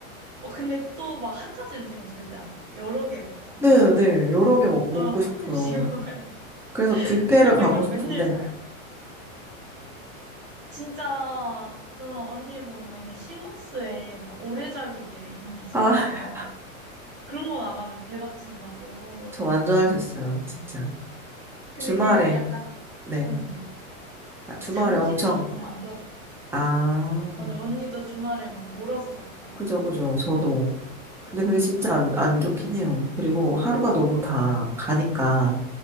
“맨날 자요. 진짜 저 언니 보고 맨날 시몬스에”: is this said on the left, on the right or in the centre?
Right